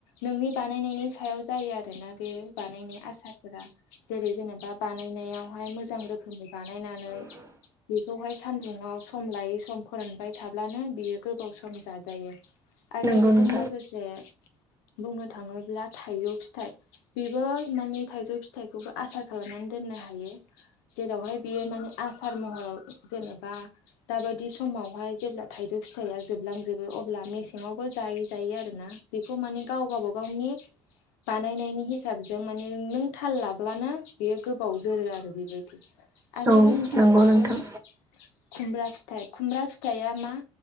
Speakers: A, on the left; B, on the right.
A: नोंनि बानायनायनि सायाव जायो आरोना। बे बानायनाय आसार जेरै जेनेबा बानायनायावहाय मोजां रोखोमै बानायनानै बेखौहाय सानदुुं सम लायै सम फोरानबाय थाब्लानो बियो गोबाव सम जाजायो आरो
B: नंगौ
A: बेजों
B: नोंथां
A: लोगोसे बुंनो थाङोब्ला थाइ फिथाइ बेबो माने थाइजौ फिथाइखौबो आसार खालामनानै दोननो हायो जेरावहाय बेयो माने आसार महराव जेनेबा दाबायदि समावहाय जेब्ला थाइजौ फिथाइआ जोबलांजोबो अब्ला मेसेङावबो जायै जायै आरोना बेखौ माने गाव गावब गावनि बानायनायनि हिसाबजों माने नों थाल लाब्लानो बेयो गोबाव जोरो आरो बेबायदि। आरो
B: औ
A: बुंनो
B: नंगौ
A: थांबावो
B: नोंथां
A: खुमब्रा फिथाइ खुमब्रा फिथाइया मा